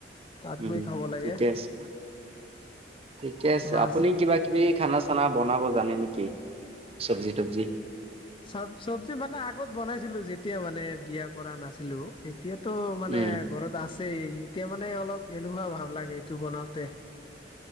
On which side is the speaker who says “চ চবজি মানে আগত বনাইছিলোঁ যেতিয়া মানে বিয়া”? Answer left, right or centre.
Left